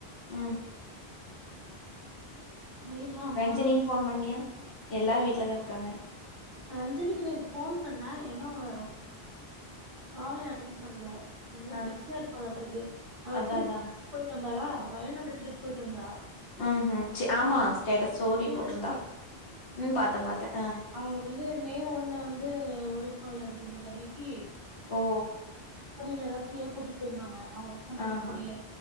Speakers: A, on the left (about 65°); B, on the right (about 25°).
A: ம்
B: வீட்ல அம்மா
A: ரஞ்சினிக்கு ஃபோன்
B: தம்பி
A: பண்ணியா எல்லாரு வீட்ல தா இருக்காங்க
B: ரஞ்சினிக்கு நேத்து ஃபோன் பண்ண ஏனோ அவ காலே அட்டன் பண்ணல ஏதோ
A: ஆ
B: பிஸியா இருப்பாலாட்டு இருக்கு அவ
A: அதா
B: ட்ரிப்
A: அதா
B: போயிட்டு வந்தாளா வயநாடு ட்ரிப் போயிட்டு வந்தா
A: ம் ம் ச ஆமா ஸ்டேட்டஸ் ஸ்டோரி
B: ஸ்டேட்டஸ்
A: போட்டுருந்தா ம் பாத்த பாத்த அ
B: அவுங்க வந்து மே ஒன்னு வந்து உழைப்பாளர் தினத்தண்ணிக்கி
A: ஓ
B: கம்பெனில எல்லா ஃப்ரீயா கூட்டிட்டு போயிருந்தாங்க அவ ஒர்க் பண்ற
A: ஆஹா
B: கம்பெனிலே